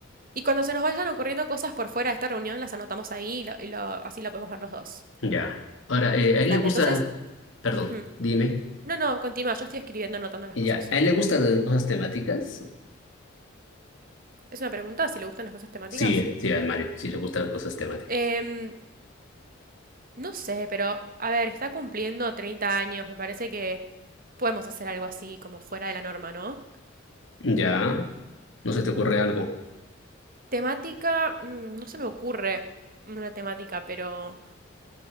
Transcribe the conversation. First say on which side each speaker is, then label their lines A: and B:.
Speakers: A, on the right; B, on the left.
A: Y cuando se nos vayan ocurriendo cosas por fuera de esta reunión, las anotamos ahí y, lo- y lo- así lo podemos ver los dos.
B: Ya. Ahora, eh, ¿a él
A: Dale,
B: le gusta,
A: entonces...
B: perdón,
A: ujú.
B: dime.
A: No, no, continúa, yo estoy escribiendo, anotando las
B: Y
A: cosas.
B: ya, ¿a él le gustan las cosas temáticas?
A: Es una pregunta, si le gustan las cosas temáticas.
B: Sí, sí, a Mario, sí le gustan las cosas temáticas.
A: Em, no sé, pero a ver, está cumpliendo 30 años, me parece que podemos hacer algo así, como fuera de la norma, ¿no?
B: Ya, ¿no se te ocurre algo?
A: Temática, mm, no se me ocurre una temática, pero